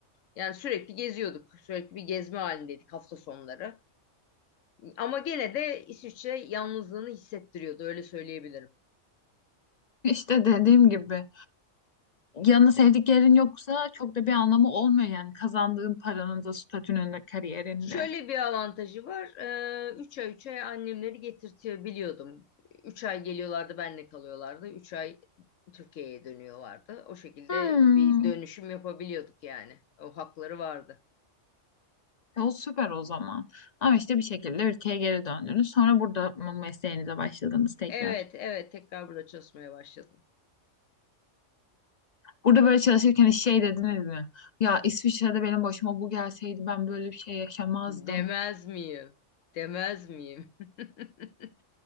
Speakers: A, on the left (about 85°); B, on the left (about 45°).
A: Yani sürekli geziyorduk. Sürekli bir gezme halindeydik hafta sonları. Ama gene de İsviçre yalnızlığını hissettiriyordu öyle söyleyebilirim.
B: işte dediğim gibi yanına sevdiklerin yoksa çok da bir anlamı olmuyor yani kazandığın paranın da statünün de kariyerinde.
A: Şöyle bir avantajı var. Ee, üç ay üç ay annemleri getirtiyor biliyordum. 3 ay geliyorlardı benle kalıyorlardı. üç ay Türkiye'ye dönüyorlardı. O şekilde
B: Hmm.
A: bir dönüşüm yapabiliyorduk yani. O hakları vardı.
B: e O süper o zaman. Ama işte bir şekilde ülkeye geri döndünüz. Sonra burada mı mesleğinize başladınız tekrar.
A: Evet evet tekrar burada çalışmaya başladım.
B: Burada böyle çalışırken hiç şey dediniz mi? Ya İsviçre'de benim başıma bu gelseydi ben böyle bir şey yaşamazdım.
A: Demez miyim? Demez miyim? <laughs>